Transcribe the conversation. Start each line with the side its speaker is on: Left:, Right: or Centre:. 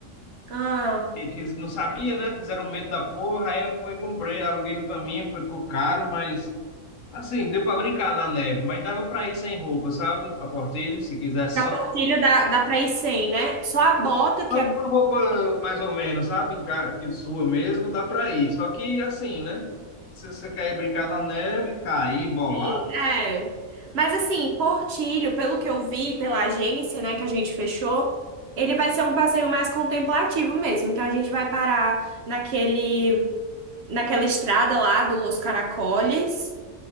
Right: Ah,
Left: E fiz, não sabia, né? Fizeram medo da porra, aí eu fui e comprei, aluguei no caminho, ficou caro, mas assim, deu para brincar na neve, mas dava para ir sem roupa, sabe? Para Portilho, se quisesse
Right: sapatilho
Left: só
Right: dá, dá pra ir sem, né? Só a bota que
Left: só
Right: é
Left: com uma roupa mais ou menos, sabe? Em ca- Que sua mesmo, dá para ir. Só que assim, né? Se você quer ir brincar na neve, cair, bolar,
Right: Sim, é. Mas assim, Portilho, pelo que eu vi pela agência, né, que a gente fechou, ele vai ser um passeio mais contemplativo mesmo. Então a gente vai parar naquele, naquela estrada lá do Los Caracoles